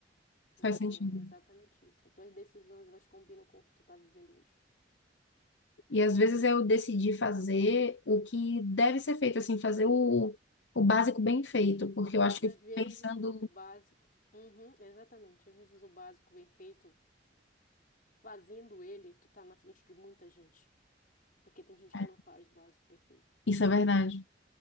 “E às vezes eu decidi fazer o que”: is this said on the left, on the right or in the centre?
Left